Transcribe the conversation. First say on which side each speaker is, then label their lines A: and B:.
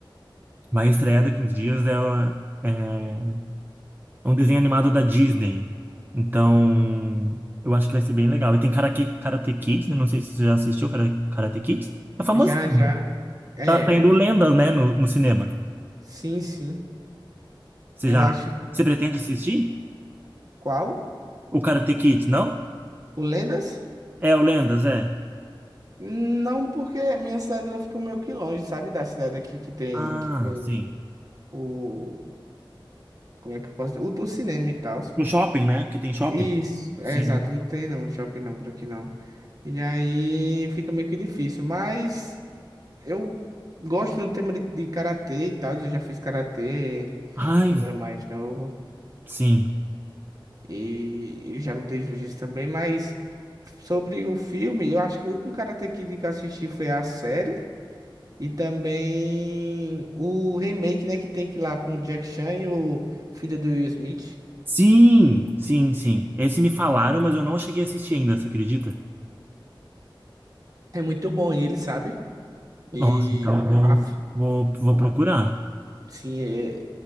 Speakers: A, on the right (about 25°); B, on the right (about 45°).
A: Vai estrear daqui uns dias, é, uma- é, é um desenho animado da Disney. Então, eu acho que vai ser bem legal. E tem Karate, Karate Kids, eu não sei se você já assistiu Kara- Karate Kids. É famosinho.
B: Já, já. É,
A: Tá saindo lendas,
B: é.
A: né, no, no cinema.
B: sim, sim.
A: Você
B: Eu
A: já,
B: acho.
A: você pretende assistir?
B: Qual?
A: O Karate Kids, não?
B: O Lendas?
A: É, o Lendas, é.
B: Não, porque minha cidade ela fica meio que longe, sabe? Da cidade aqui que tem,
A: Ah,
B: que tem
A: sim.
B: o. Como é que eu posso dizer? O do cinema e tal.
A: No shopping, né? Que tem shopping.
B: Isso,
A: Sim.
B: é exato, não tem não, shopping não por aqui não. E aí fica meio que difícil, mas eu gosto do tema de, de karatê e tal. Eu já fiz karatê
A: Ai,
B: quando era mais novo
A: sim.
B: e eu já lutei jiu-jitsu também. Mas sobre o filme, eu acho que o último Karate Kid que eu assisti foi a série. E também o remake, né, que tem que ir lá com o Jack Chan e o filho do Will Smith.
A: Sim, sim, sim. Esse me falaram, mas eu não cheguei a assistir ainda, você acredita?
B: É muito bom ele, sabe? E
A: Nossa, então eu
B: a, f-
A: vou, vou, vou procurar.
B: sim, é,